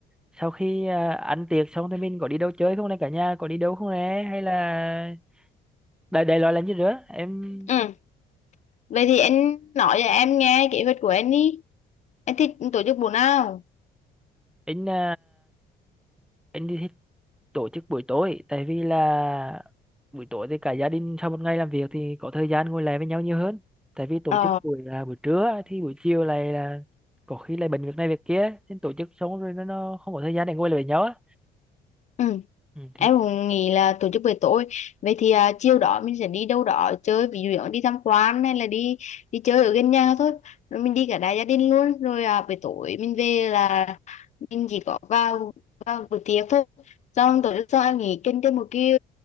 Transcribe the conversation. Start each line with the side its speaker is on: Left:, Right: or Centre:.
Centre: sau khi à, ăn tiệc xong thì mình có đi đâu chơi không nè cả nhà có đi đâu không nè hay là đại đại loại là như thế em
Left: ừ vậy thì anh nói cho em nghe kế hoạch của anh đi anh thích tổ chức buổi nào
Centre: anh à, anh thì thích tổ chức buổi tối tại vì là buổi tối thì cả gia đình sau một ngày làm việc thì có thời gian ngồi lại với nhau nhiều hơn tại vì tổ
Left: ờ
Centre: chức buổi là buổi trưa á, thì buổi chiều này là có khi lại bận việc này việc kia nên tổ chức xong rồi nó, nó không có thời gian để ngồi lại với nhau á
Left: ừ
Centre: ừ, thì
Left: em cũng nghĩ là tổ chức buổi tối vậy thì à, chiều đó mình sẽ đi đâu đó chơi ví dụ đi tham quan hay là đi đi chơi ở gần nhà thôi rồi mình đi cả đại gia đình luôn rồi à, buổi tối mình về là mình chỉ có vào vào buổi tiệc thôi xong tổ chức sau em nghỉ kinh thêm một cái